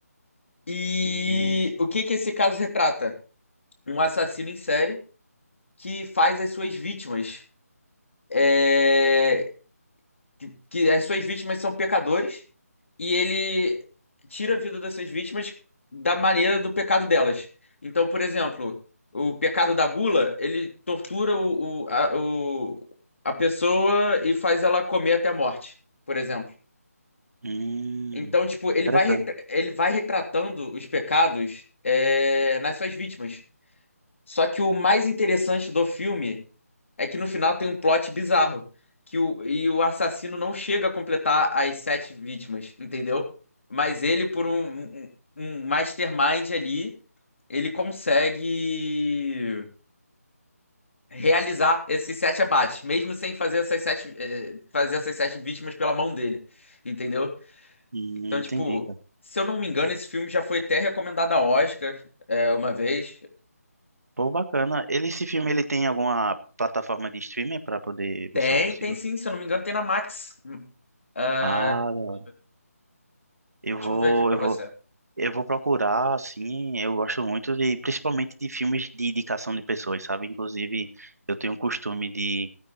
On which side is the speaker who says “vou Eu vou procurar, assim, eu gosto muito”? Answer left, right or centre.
Right